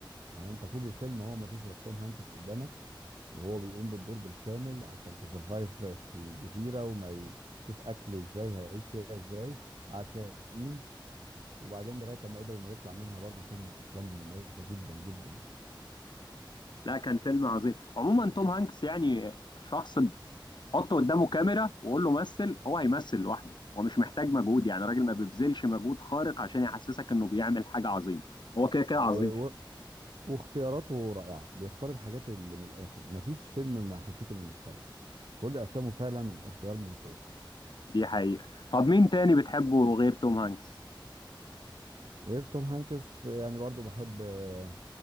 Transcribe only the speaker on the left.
لا كان فيلم عظيم عموما توم هانكس يعني شخص حط قدامه كاميرا وقول له مثل هو هيمثل لوحده هو مش محتاج مجهود يعني راجل ما بيبذلش مجهود خارق عشان يحسسك انه بيعمل حاجة عظيمة هو كده كده
عظيم
يعني
دي حقيقة طب مين تاني بتحبه غير توم هانكس؟